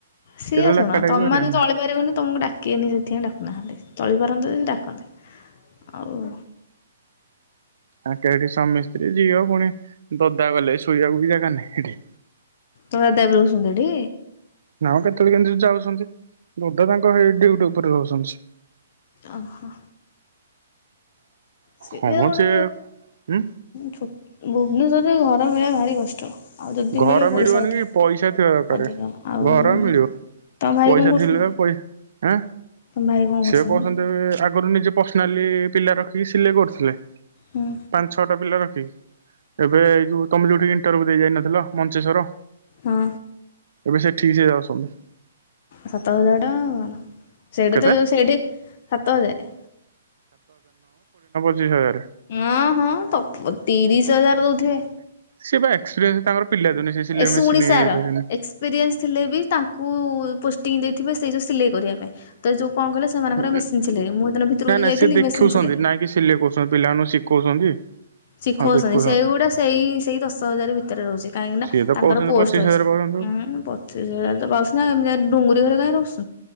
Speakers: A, on the left; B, on the right.
A: ସିଏ
B: କେତେବେଳେ
A: ଶୁଣ
B: ଡାକା ଡାକି
A: ତମେମାନେ
B: କରିବାର ନା
A: ଚଳି ପାରିବନି ତମକୁ ଡାକିବେନି ସେଥିପାଇଁ ଡାକୁନାହାଁନ୍ତି ଚଳିପାର ପରନ୍ତ ଯଦି ଡାକନ୍ତା। ଆଉ
B: ଆଙ୍କେ ଏଠି ସ୍ୱାମୀ ସ୍ତ୍ରୀ ଝିଅ ପୁଣି ଦଦା ଗଲେ ଶୋଇବାକୁ ବି ଜାଗା ନାହିଁ ସେଠି।
A: ତମ ଦାଦା ବି ରହୁଛନ୍ତି ସେଠି?
B: ନାମ କେତେବେଳେ କେମିତି ଯାଉଛନ୍ତି ବୋଧେ ତାଙ୍କ ହେଇ ଡ୍ୟୁଟି ଉପରେ ରହୁଛନ୍ତି।
A: ଓହୋ। ସେୟା
B: ହଁ ମ
A: ଗୋଟେ
B: ସେ ହୁଁ
A: ଛୋ ଭୁବନେଶ୍ୱରରେ ଘର ମିଳିଆ ଭାରି କଷ୍ଟ। ଆଉ ଯଦି
B: ଘର
A: ମିଳିବ ପଇସା
B: ମିଳିବନି
A: ଅଧିକ
B: କି ପଇସା ଥିବା ଦରକାର
A: ଅଧିକ ଆଉ
B: ଘର ମିଳିବ
A: ତମ ଭାଇ
B: ପଇସା
A: କଣ କରୁଛନ୍ତି?
B: ଥିଲେ ବା ଆଁ
A: ତମ ଭାଇ କଣ
B: ସେ
A: କରୁଛନ୍ତି?
B: ପର୍ଯ୍ୟନ୍ତ ବି ଆଗରୁ ନିଜେ ପର୍ସନାଲି ପିଲା ରଖିକି ସିଲେଇ କରୁଥିଲେ।
A: ହୁଁ
B: ପାଞ୍ଚ ଛଅଟା ପିଲା ରଖି ଏବେ ଏଇ ଯୋଉ ତମେ ଯୋଉଠି ଇଣ୍ଟରଭ୍ୟୁ ଦେଇ ଯାଇନ ଥିଲ ମଞ୍ଚେଶ୍ଵର
A: ହଁ।
B: ଏବେ ସେଠିକି ସେ ଯାଉସନ୍ତି।
A: ସାତ ହଜାର ଟଙ୍କା ଆଉ କଣ। ସେଇଠି
B: କେତେ
A: ତ ସେଇଠି ସାତ ହଜାରେ
B: ଚିଶ ହଜାର।
A: ଅଁ ହଁ ତ ତିରିଶ ହଜାର ଦଉ <unintelligible>
B: ସେ ବା ଏକ୍ସପ୍ରେନ୍ସ ତାଙ୍କର ପିଲା ଦିନୁ ସେ ସିଲେଇ
A: ଏ ଶୁଣି
B: ମେସିନ
A: ସାର
B: ହଁ ନାଇଁ
A: ଏକ୍ସପିରିଏନ୍ସ ଥିଲେ, ବି ତାଙ୍କୁ ପୋଷ୍ଟି ଦେଇଥିବେ ସେ ଯଉ ସିଲେଇ କରିବା ପାଇଁ ତ ଯୋଉ କଣ କଲେ ସେମାନଙ୍କର
B: ନାଇଁ,
A: ମେସିନ୍ ସିଲେଇ ମୁଁ ସେଦିନ ଭିତରକୁ ଯୋଉ
B: ନାଇଁ
A: ଯାଇଥିଲି
B: ସେ ଦେଖୁଛନ୍ତି,
A: ମେସିନ୍ ସିଲେଇ
B: ନାଇଁ କି ସିଲେଇ କରୁଛନ୍ତି, ପିଲାମାନଙ୍କୁ ଶିଖଉଛନ୍ତି।
A: ଶିଖଉଛନ୍ତି,
B: ହଁ ଦେଖୁଛନ୍ତି।
A: ସେଇଗୁଟା ସେଇ ସେଇ ଦଶ ହଜାର ଭିତରେ ରହୁଛି, କାହିଁକି
B: ସିଏ
A: ନା
B: ତ
A: ତାଙ୍କର
B: କହୁଛନ୍ତି
A: ପୋଷ୍ଟ
B: ପଚିଶ ହଜାର
A: ଅଛି ଉଁ
B: ପାଉଛନ୍ତି
A: ପଚିଶ ହଜାର ତ ପାଉଛନ୍ତି, ଏମିତି ଡୁଙ୍ଗୁ ଘରେ କାଇଁ ରହୁ